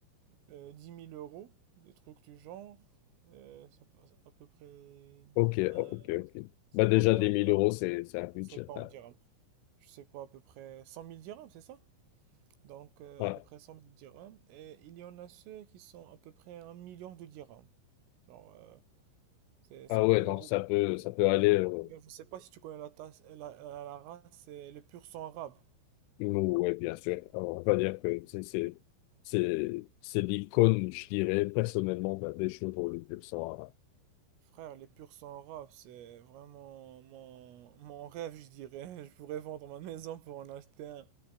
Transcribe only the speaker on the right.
euh, 10 000 euros, des trucs du genre. Euh, ça peut- à peu près... dix-
euh,
c'est
combien
on dira?
C'est pas on
dira. je sais pas, à peu près 100 000 dirhams, c'est ça? Donc, euh,
à peu près 100 000 dirhams. Et il y en a ceux qui sont à peu près un million de dirhams. Alors, euh, c'est 100
000
euros.
Ouais.
D'ailleurs, Je sais pas si tu connais la, tasse- la, la- la race, c'est le pur sang arabe.
Ouais.
Frère, les pur sang arabe, c'est vraiment mon, mon rêve, je dirais. <laughs> Je pourrais vendre ma maison pour en acheter un.